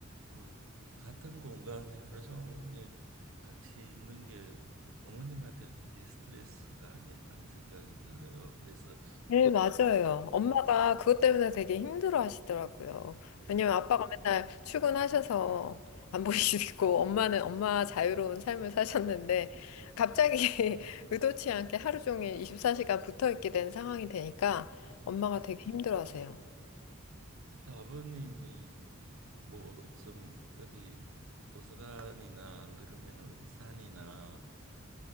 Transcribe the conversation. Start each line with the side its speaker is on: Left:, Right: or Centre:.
Right: 그 같은 공간에 하루 종일 같이 있는 게 어머님한테는 굉장히 스트레스가 아닐까 하는 생각이 들어요. 그래서
Left: 네, 맞아요. 엄마가 그것 때문에 되게 힘들어 하시더라고요.
Right: 그-
Left: 왜냐면 아빠가 맨날 출근하셔서 안 <laughs> 보이시고, 엄마는 엄마 자유로운 삶을 사셨는데, 갑자기 <laughs> 의도치 않게 하루 종일 24시간 붙어 있게 된 상황이 되니까
Right: 예.
Left: 엄마가 되게 힘들어 하세요.
Right: 그래서 아버님이 뭐 좀 어디 도서관이나 안 그러면 어디 산이나